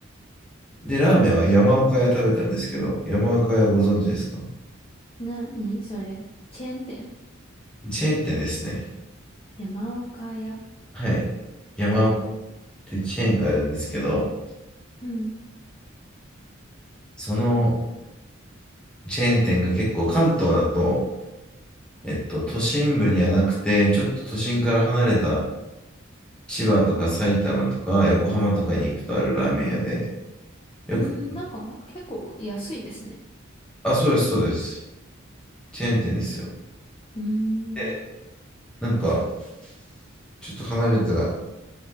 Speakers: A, in the centre; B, on the left.
A: で、ラーメンは山岡屋食べたんですけど、山岡屋ご存知ですか
B: なにそれチェーン店
A: チェーン店ですね。
B: 山岡屋。
A: はい。山岡っ
B: はい。
A: ていうチェーンがあるんですけど、
B: うん。
A: そのチェーン店が結構関東だと、えっと、都心部にはなくて、ちょっと都心から離れた千葉とか埼玉とか横浜とかに行くとあるラーメン屋で、よく
B: うん、なんか結構安いですね。
A: あ、そうです、そうです。チェーン店ですよ。
B: うー
A: で、
B: ん、
A: なんか、ちょっと離れた